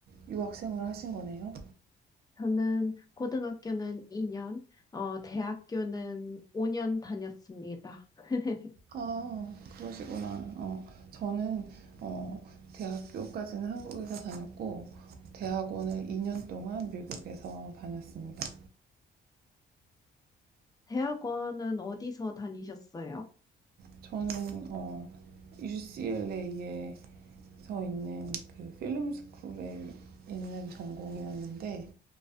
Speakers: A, on the right (about 50°); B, on the left (about 20°).
A: 유학생을 하신 거네요?
B: 저는 고등학교는 2년, 어, 대학교는 5년 다녔습니다. <laughs>
A: 아, 그러시구나. 어, 저는 어, 대학교까지는 한국에서 다녔고, 대학원을 2년 동안 미국에서 다녔습니다.
B: 대학원은 어디서 다니셨어요?
A: 저는 어, UCLA에서 있는 그 필름 스쿨에 있는 전공이었는데